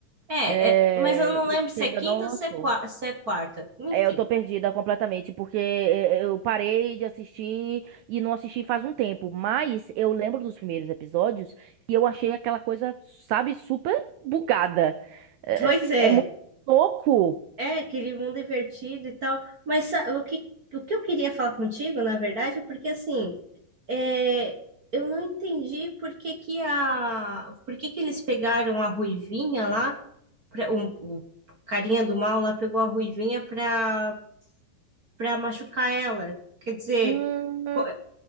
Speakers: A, on the right; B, on the right.
A: É,
B: é,
A: é, mas eu não lembro
B: e
A: se
B: que ainda
A: é quinta
B: não lançou.
A: ou se é, qua- se é quarta. Enfim.
B: É, eu tô perdida completamente, porque é, é, eu parei de assistir e não assisti faz um tempo, mas eu lembro dos primeiros episódios e eu achei aquela coisa, sabe, super bugada. É,
A: Pois é,
B: é é muito louco.
A: é aquele mundo invertido e tal. Mas sa- o que, o que eu queria falar contigo, na verdade, é porque assim. É, eu não entendi por que que a, por que que eles pegaram a Ruivinha lá, pra- o, o carinha do mal lá pegou a Ruivinha pra, pra machucar ela. Quer dizer,
B: Hum.
A: co-